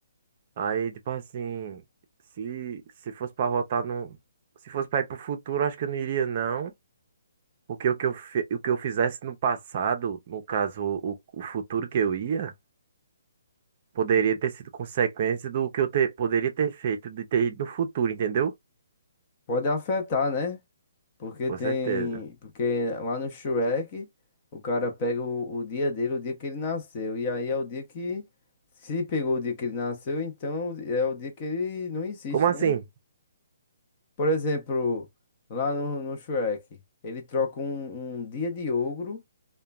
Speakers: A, on the right; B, on the left.
A: Aí, tipo assim, se se fosse pra voltar no, se fosse pra ir pro futuro, acho que eu não iria não, porque o que eu fe- o que eu fizesse no passado, no caso, o, o futuro que eu ia, poderia ter sido consequência do que eu ter, poderia ter feito de ter ido no futuro, entendeu?
B: Pode afetar, né? Porque
A: Com
B: tem,
A: certeza.
B: porque lá no Shrek, o cara pega o, o dia dele, o dia que ele nasceu, e aí é o dia que se pegou o dia que ele nasceu, então é o dia que ele não existe,
A: Como assim?
B: né? Por exemplo, lá no, no Shrek, ele troca um, um dia de ogro,